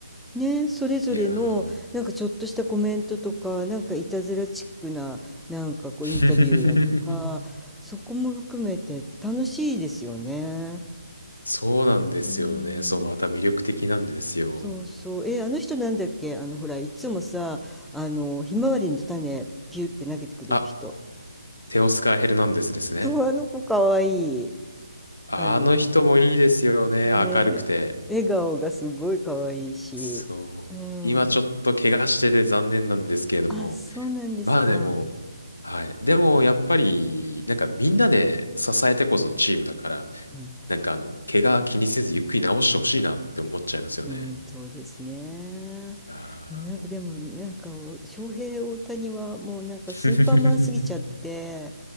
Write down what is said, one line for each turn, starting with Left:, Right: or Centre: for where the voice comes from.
Centre: ね、それぞれのなんかちょっとしたコメントとか、
Left: いやー
Centre: なんかいたずらチックな、なんかこうインタビューだとか、
Left: <laughs>
Centre: そこも含めて楽しいですよね。
Left: そうなんですよね。
Centre: うーん。
Left: そう、また魅力的なんですよ。
Centre: そうそう。え、あの人なんだっけあの、ほら、いつもさ、あの、ひまわりの種、ピュって投げてくれる人。
Left: あ、テオスカー・ヘルナンデスですね。
Centre: そう、あの子かわいい。
Left: あの人もいいですよね。
Centre: あの、ね笑顔がすごいかわいいし。
Left: 明るくて。そう。
Centre: うん。
Left: 今ちょっと怪我してて残念なんですけれども。
Centre: あ、そうなんですか。
Left: まあでも、はい。でも、やっぱり、なんかみんなで支えてこそチームだから、
Centre: うん
Left: なんかあの、怪我気にせずゆっくり治してほしいなって思っちゃいますよね。
Centre: うん、そうですね。
Left: ああ、
Centre: もうなんかでもなんかお翔平大谷はもうなんかスーパーマンすぎちゃって
Left: もう <laughs>